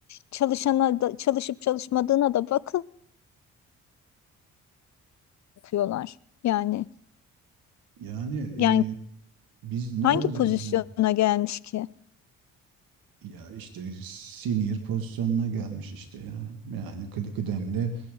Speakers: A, on the left; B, on the right.
A: çalışana da, çalışıp çalışmadığına da bakın yapıyorlar. Yani
B: yani
A: yani
B: e, biz ne
A: hangi
B: olacağız
A: pozisyona gelmiş ki?
B: Ya işte senior pozisyonuna gelmiş işte ya. Yani kı- kıdemli